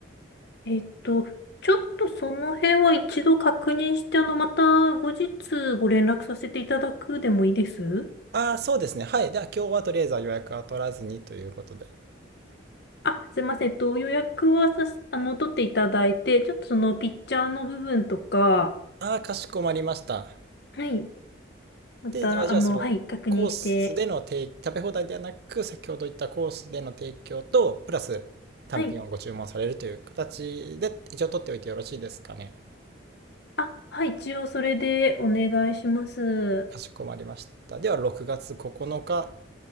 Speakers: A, on the left (about 60°); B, on the right (about 55°).
A: えっと、ちょっとその辺は一度確認して、あの、また後日ご連絡させていただくでもいいです
B: ああ、そうですね。はい。では、今日はとりあえずは予約は取らずにということで。
A: あ、すいません。えっと、予約はさし、あの、取っていただいて、ちょっとそのピッチャーの部分とか、
B: ああ、かしこまりました。
A: はい。また、
B: で、あじゃあそのコースでの提食べ放題ではなく、
A: あの、はい、確認して、
B: 先ほど言ったコースでの提供と、プラス単品をご注文されるという形で一応取っておいてよろしいですかね。
A: はい。あ、はい、一応それでお願いします。
B: かしこまりました。では6月9日